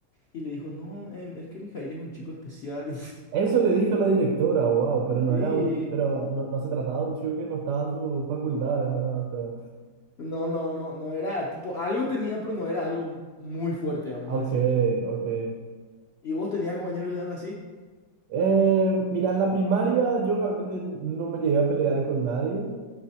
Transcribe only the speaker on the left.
y le dijo, no, em, es que Mijail es un chico especial. <laughs>
Sí.
No, no, no, no era tipo, algo tenía, pero no era algo muy fuerte, vamos
a
decirle.
¿Y vos tenías compañeros que eran así?